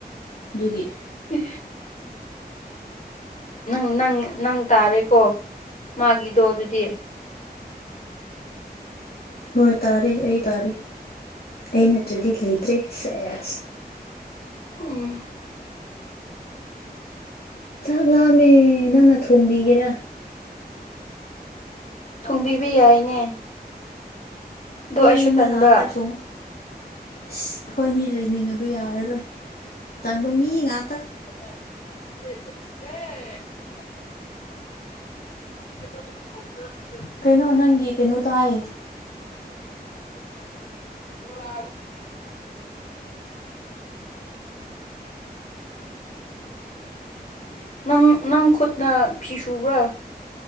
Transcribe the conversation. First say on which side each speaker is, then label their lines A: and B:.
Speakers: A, on the left; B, on the left.
A: ꯑꯗꯨꯒꯤ
B: ꯑꯦ ꯅꯪ ꯅꯪ ꯅꯪ ꯇꯥꯔꯦꯀꯣ ꯃꯥꯒꯤꯗꯣ ꯑꯗꯨꯗꯤ
A: ꯍꯣꯏ ꯇꯥꯔꯦ ꯑꯩ ꯇꯥꯔꯦ ꯑꯩ ꯅꯠꯇ꯭ꯔꯗꯤ ꯂꯩꯇ꯭ꯔꯦ ꯁꯦꯁ
B: ꯎꯝ
A: ꯆꯥꯛ ꯂꯥꯑꯝꯃꯦ ꯅꯪꯅ ꯊꯣꯡꯕꯤꯒꯦꯔꯥ
B: ꯊꯨꯡꯕꯤꯕ ꯌꯥꯏꯅꯦ ꯑꯗꯣ
A: ꯑꯩꯣꯏ
B: ꯑꯩꯁꯨ
A: ꯌꯨꯝꯗ
B: ꯇꯟꯕ
A: ꯂꯥꯛꯑꯒ ꯊꯣꯡ ꯑꯁ ꯍꯈꯣꯏꯅꯤ ꯂꯩꯃꯤꯟꯅꯕ ꯑꯗꯨ ꯌꯥꯔꯔꯣꯏ ꯇꯕ ꯃꯤ ꯉꯥꯛꯇ
B: ꯎꯝ <inaudible>
A: ꯀꯩꯅꯣ ꯅꯪꯒꯤ ꯀꯩꯅꯣ ꯇꯥꯏ
B: ꯍ ꯂ ꯅꯪ ꯅꯪ ꯈꯨꯠꯅ ꯐꯤ ꯁꯨꯕ꯭ꯔꯥ